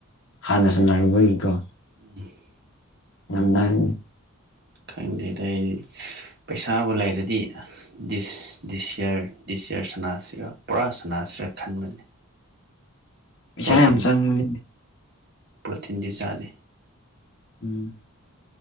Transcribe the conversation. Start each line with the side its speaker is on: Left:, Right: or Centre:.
Left: ꯍꯥꯟꯅ ꯁꯥꯟꯅꯔꯨꯕꯒꯤꯀꯣ
Right: <inaudible>
Left: <inaudible>
Right: ꯈꯪꯗꯦꯗ ꯑꯩ ꯄꯩꯁꯥꯕꯨ ꯂꯩꯔꯗꯤ ꯗꯤꯁ-ꯗꯤꯁ ꯏꯌꯔ ꯗꯤꯁꯌꯔ ꯁꯅꯥꯁꯤꫪ ꯄꯨꯔꯥ ꯁꯅꯥꯁꯤꫪ ꯈꯟꯕꯅꯤ
Left: ꯄꯩꯁꯥ
Right: ꯄ꯭ꯔꯣꯇꯤꯟ
Left: ꯌꯥꯝ ꯆꯪꯕꯅꯤ
Right: ꯄ꯭ꯔꯣꯇꯤꯟꯗꯤ ꯆꯥꯗꯦ
Left: ꯎꯝ